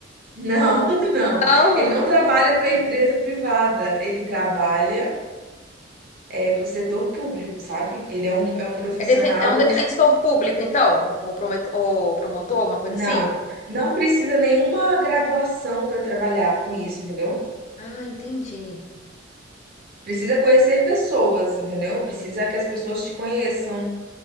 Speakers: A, on the right (about 55°); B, on the left (about 40°).
A: Não, <laughs> não.
B: Não,
A: Ele não trabalha para empresa privada, ele trabalha é, para o setor público, sabe? Ele é um, é um profissional.
B: é, defen- é um defensor público, então? Ou prometo- ou promotor, alguma coisa
A: Não,
B: assim?
A: não precisa nenhuma graduação para trabalhar com isso, entendeu?
B: Ah, entendi.
A: Precisa conhecer pessoas, entendeu? Precisa que as pessoas te conheçam,